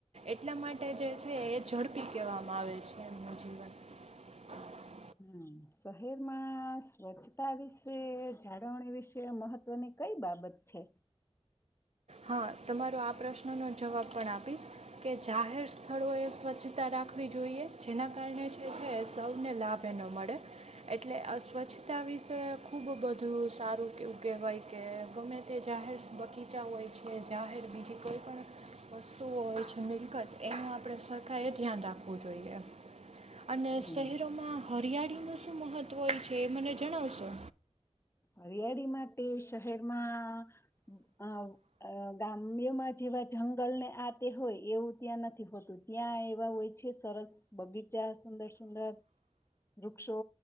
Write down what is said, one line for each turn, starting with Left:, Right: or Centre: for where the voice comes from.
Right: એટલા માટે જે છે એ ઝડપી કહેવામાં આવે છે. <inaudible>
Left: હમ શહેરમાં સ્વચ્છતા વિશે જાળવણી વિશે મહત્વની કઈ બાબત છે.
Right: હા તમારો આ પ્રશ્નનો જવાબ પણ આ પીશ કે જાહેર સ્થળોએ સ્વચ્છતા રાખવી જોઈએ જેના કારણે જે છે સૌને લાભ એ ન મળે એટલે આ સ્વચ્છતા વિશે ખૂબ બધું સારું એવું કહેવાય કે ગમે તે જાહેર બગીચા હોય જે જાહેર બીજી કોઈ પણ વસ્તુઓ હોય છે મિલકત એમાં આપણે સરકાર એ ધયાન રાખ હોવું જોઈએ. અને
Left: હમ
Right: શહેરોમાં હરિયા નુ શું મહત્વ હોય છે એ મને જણાવશો
Left: હરિયાળી માટે શહેરમાં અ અ ગામ્યમાં જેવા જંગલને આ તે હોય એવું ત્યાં નથી હોતું ત્યાં એવા હોય છે સરસ બગીચા સુંદર સુંદર વૃક્ષો